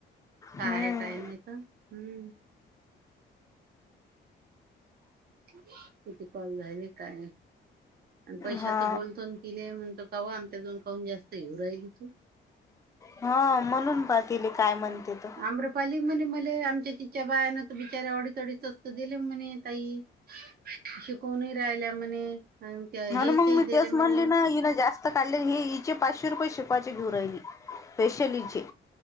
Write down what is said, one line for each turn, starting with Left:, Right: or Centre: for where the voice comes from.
Right: का
Left: हम्म
Right: आहे काय नाही तर हम्म किती कॉल झाले काय आणि पैशाच
Left: हा
Right: बोलतो. तिलेय म्हणतो काव आमच्याकडून काहून जास्त येऊ राहिल तू.
Left: हा म्हणून पाहतले काय म्हणते तो.
Right: आम्रपाली म्हणे मले आमच्या तिच्या बायाना बिचार्या वडीतडी स्स्त दिले. म्हणे तई शिकवूनही राहिल्या म्हणे. हेचेही
Left: ह ना मग मी
Right: दिले
Left: तेच
Right: म्हणे
Left: म्हणली ना ह ना जास्त काढले हे इचे पाचशे रुपये शिपाचे घेऊ राहिली स्पेशल इचे.